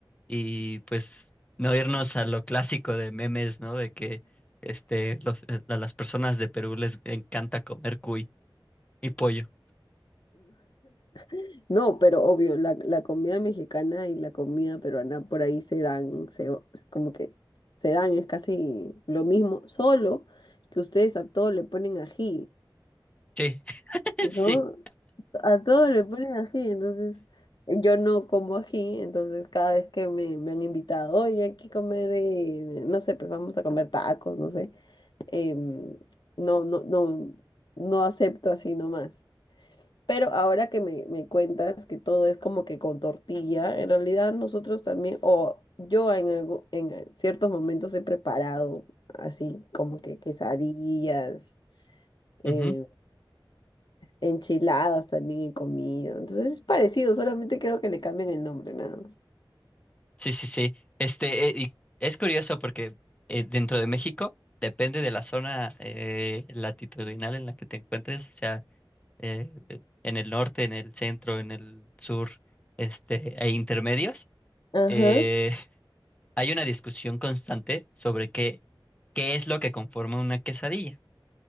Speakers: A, on the left; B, on the left.
A: y pues no irnos a lo clásico de memes, ¿no? De que este, los- eh, a las personas de Perú les encanta comer cuy y pollo.
B: <laughs> No, pero obvio, la, la comida mexicana y la comida peruana por ahí se dan, se, como que se dan, es casi lo mismo, solo que ustedes a todo le ponen ají,
A: Sí, <laughs>
B: ¿no? A todo le ponen ají, entonces yo no como ají, entonces cada vez que me, me han invitado, oye, hay que comer, eh, no sé, pues vamos a comer tacos, no sé. em, no, no, no, no acepto así nomás. Pero ahora que me, me cuentas que todo es como que con tortilla, en realidad nosotros también, o yo en, algo- en ciertos momentos he preparado así como que quesadillas, eh,
A: sí.
B: enchiladas también he comido. Entonces es parecido, solamente creo que le cambian el nombre, nada más.
A: Sí, sí, sí. Este, eh, y es curioso porque eh, dentro de México depende de la zona eh, latitudinal en la que te encuentres, o sea, eh, eh, en el norte, en el centro, en el sur, este, e intermedios.
B: Ajá.
A: eh,
B: <laughs>
A: <laughs> hay una discusión constante sobre qué, qué es lo que conforma una quesadilla.